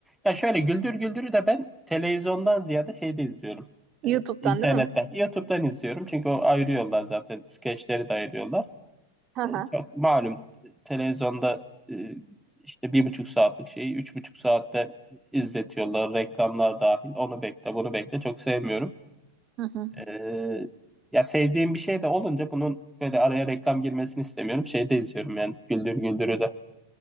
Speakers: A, in the centre; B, on the right (about 35°).
A: Ya şöyle Güldür Güldür'ü de ben televizyondan ziyade şeyde izliyorum.
B: YouTube'dan
A: Ee, internetten,
B: değil mi?
A: YouTube'dan izliyorum. Çünkü o ayırıyorlar zaten. Skeçleri de ayırıyorlar.
B: <laughs>
A: Ee, çok malum televizyonda e, işte bir buçuk saatlik şeyi üç buçuk saatte izletiyorlar. Reklamlar dahil. Onu bekle, bunu bekle. Çok sevmiyorum.
B: Hı hı.
A: Ee, ya sevdiğim bir şey de olunca bunun böyle araya reklam girmesini istemiyorum. Şeyde izliyorum yani. Güldür Güldür'ü de